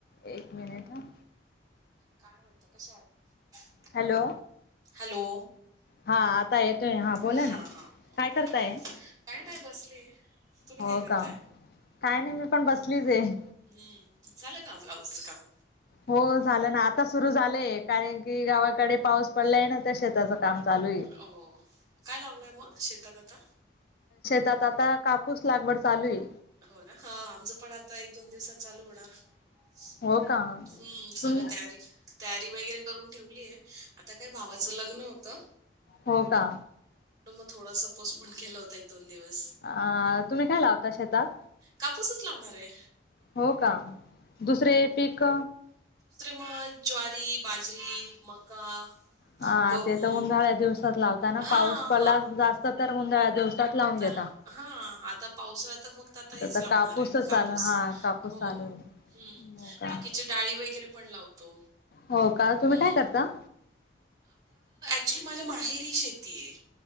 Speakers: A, on the left; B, on the right.
A: एक मिनिट ह
B: काय म्हणता, कश्या आहात?
A: हॅलो!
B: हॅलो!
A: हां आता येतोय, हां बोला
B: हा
A: ना
B: हा बोला
A: काय करताय?
B: काही नाही बसले तुम्ही
A: हो
B: काय करताय?
A: का काय नाही मी पण बसलीच आहे.
B: हम्म! झालं का ब्लाउजच काम?
A: हो झालं ना आता सुरु झालंय कारण की गावाकडे पाऊस पडलाय ना त्या शेताचं काम चालू आहे
B: हो. काय लावलाय मग शेतात आता?
A: त आता कापूस लागवड चालू आहे.
B: हो ना हा आमचं पण आता एक, दोन दिवसात चालू होणार हम्म!
A: हो का
B: सगळं
A: तुम
B: तयारी, तयारी वगैरे करून ठेवलीय आता काय भावाचं लग्न होतं.
A: हो का?
B: थोडास पोसपन केला होता एक, दोन दिवस.
A: अ.. तुम्ही काय लावता शेतात?
B: कापूसच लावणार आहे.
A: हो का? दुसरे पीक
B: म ज्वारी, बाजरी, मका
A: हा
B: गहू.
A: ते तर उन्हाळ्या दिवसात लावताना
B: हां,
A: पाऊस पडला जास्त तर उन्हाळ्या दिवसात लावून घेत
B: हा आता पावसाळा तर फक्त आता हेच
A: तर
B: लावणार
A: कापूसच
B: आहे कापूस
A: चालू हा कापूस
B: हो,
A: चालू आहे.
B: हम्म
A: हो का
B: बाकिचे डाळी वगैरे पण लावतो.
A: हो का? तुम्ही
B: हम्म.
A: काय करता?
B: एक्च्युली माझ्या माहेरी शेती आहे.